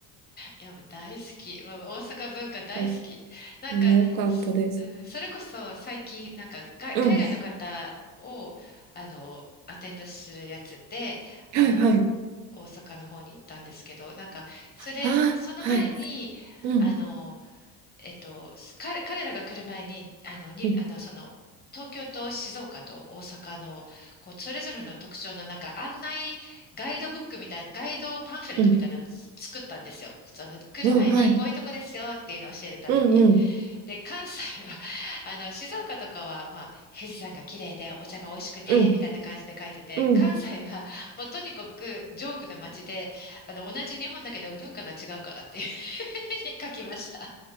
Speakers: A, on the left; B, on the right.
A: いや、もう大好き。もう大阪文化大好き。
B: <laughs> そう
A: なんか、
B: あー、よかったです。
A: すうん、それこそ最近、なんかが海外の方を、
B: うん。
A: あの、アテンドするやつで、あの、
B: はいはい。
A: 大阪の方に行ったんですけど、なんか、それ、
B: ああ、
A: その前に、
B: はい。うん。
A: あの、えっと、す彼、彼らが来る前に、あの、に、
B: うん。
A: あの、その、東京と静岡と大阪の、こう、それぞれの特徴のなんか案内ガイドブックみたいな、ガイドパンフレットみたいなのをつ作ったんですよ。
B: うん。
A: その、来る前に、
B: うん。はい。
A: こういうとこですよっていうのを教えるために。
B: うんうん。
A: で、関西は、まあの、静岡とかは、まあ、富士山が綺麗で、お茶が美味しくて、
B: うん。
A: みたいな感じで書いてて、
B: うん。
A: 関西は、もうとにかく、ジョークな街で、あの、同じ日本だけど文化が違うからっていうふうに書きました。